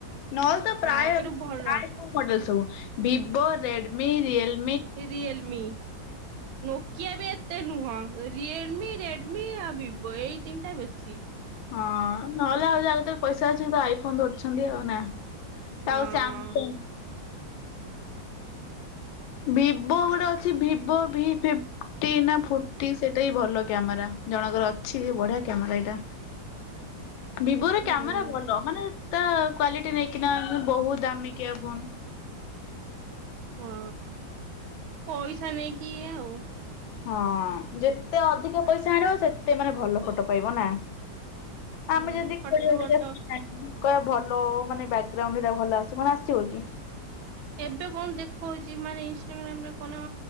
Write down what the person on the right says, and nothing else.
ହଁ
କିନ୍ତୁ ଭଲ।
Realme, Nokia ବି ଏତେ ନୁହଁ। ରିଏଲ୍ମି, ରେଡ୍ମି ଆଉ ଭିବୋ ଏଇ ତିନଟା ବେଶୀ।
ହଁ
ହୁଁ
ହଁ ପଇସା ନେଇକି ଇଏ ଆଉ।
ହୁଁ
ଫଟୋ
ଫଟୋ
ଏବେ କଣ ଦେଖଉଚି ମାନେ ଇନଷ୍ଟାଗ୍ରାମରେ କନ